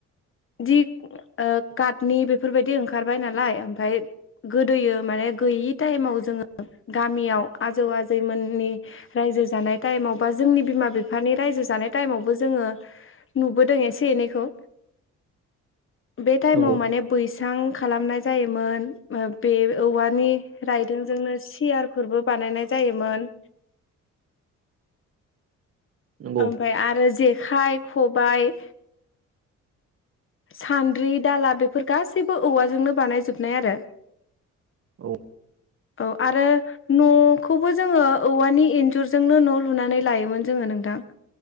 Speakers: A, on the left; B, on the right.
A: <unintelligible> काटनि बेफोरबायदि ओंखारबाय नालाय ओमफ्राय गोदोयो माने गैयि टाइमाव जोङो गामियाव आजौ आजैमोननि रायजो जानाय टाइमाव बा जोंनि बिमा बिफानि रायजो जानाय टाइमावबो जोङो नुबोदों एसे एनैखौ। बे टाइमाव
B: नंगौ
A: माने बैसां खालामनाय जायोमोन बे औवानि रायदोंजोंनो सियार फोरबो बानायनाय जायोमोन।
B: नंगौ
A: ओमफ्राय आरो जेखाइ, खबाय सान्द्रि दाला बेफोर गासैबो औवाजोंनो बानायजोबनाय आरो।
B: औ।
A: औ आरो न'खौबो जोङो औवानि एन्जुरजोंनो न' लुनानै लायोमोन जोङो नोंथां।